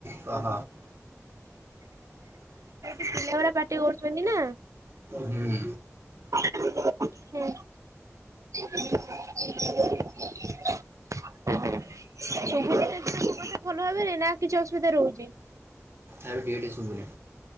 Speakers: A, on the right; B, on the right.
A: କହ।
B: ପିଲଗୁରା ପାଟି କରୁଚନ୍ତନା
A: ହୁଁ
B: <unintelligible> ହୁଁ। ହୁଁ ହୁଁ। <unintelligible> ଭଲ ଭାବରେ ନା କିଛି ଅସୁବିଧା ରହୁଚି?
A: ଆଉ ଡିଉଟି ଶୁଭୁନି